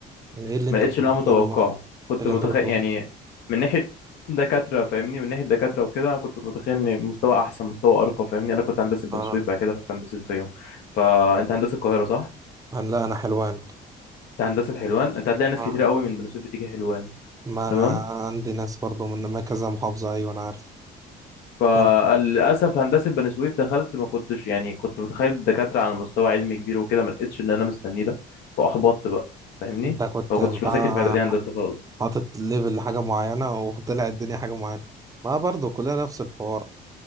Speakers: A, on the right (about 20°); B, on the left (about 70°).
A: يعني ايه اللي انت
B: ما لقيتش
A: كنت
B: اللي
A: متخيله
B: انا متوقعه
A: مثلا
B: كنت
A: ايه اللي
B: متخيل
A: انت كنت م...
B: يعني من ناحيه دكاتره فاهمني من ناحيه دكاتره وكده انا كنت متخيل ان مستوى احسن مستوى ارقى فاهمني انا كنت هندسه بني
A: اه
B: سويف بعد كده رحت هندسه الفيوم فانت هندسه القاهره صح
A: انا لا انا حلوان
B: انت هندسه حلوان انت هتلاقي ناس
A: اه
B: كتير قوي من بني سويف بتيجي حلوان
A: ما
B: تمام
A: انا عندي ناس برضو من ما كذا محافظة ايوه انا عارف
B: فللاسف
A: كم
B: هندسه بني سويف دخلت ما كنتش يعني كنت متخيل الدكاتره على مستوى علمي كبير وكده ما لقيتش اللي انا مستنيه ده فاحبطت بقى فاهمني
A: انت كنت
B: ما كنتش
A: بتاع
B: بذاكر في اعدادي هندسه خالص
A: حاطط ليفل لحاجة معينة وطلع الدنيا حاجة معينة ما برضو كلنا نفس الحوار